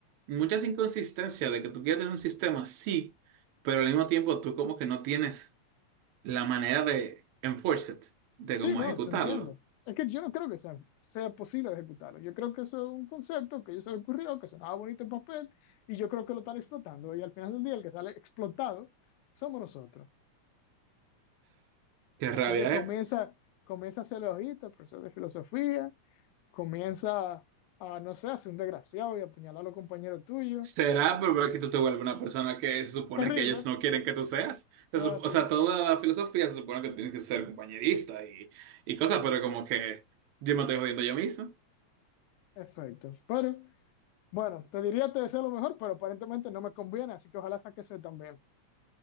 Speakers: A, on the right (about 70°); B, on the left (about 85°).
A: muchas inconsistencias de que tú quieres tener un sistema, sí, pero al mismo tiempo tú como que no tienes la manera de enforce it, de
B: Sí,
A: cómo
B: no,
A: ejecutarlo.
B: te entiendo. Es que yo no creo que sea, sea posible ejecutarlo. Yo creo que eso es un concepto que a ellos se le ocurrió, que sonaba bonito en papel, y yo creo que lo están explotando. Y al final del día, el que sale explotado somos nosotros.
A: Qué
B: Así
A: rabia,
B: que comienza,
A: ¿eh?
B: comienza a ser logista, profesor de filosofía, comienza a, no sé, a ser un desgraciado y a apuñalar a los compañeros tuyos.
A: ¿Será pero que tú te vuelves una persona que se supone
B: Terrible.
A: que ellos no quieren que tú seas? Se
B: Ah,
A: sup- O
B: sí,
A: sea, toda la filosofía se supone que tienes que ser compañerista y, y cosas, pero como que yo me estoy jodiendo yo mismo.
B: perfecto. Pero, bueno, te diría te deseo lo mejor, pero aparentemente no me conviene, así que ojalá saques ese también.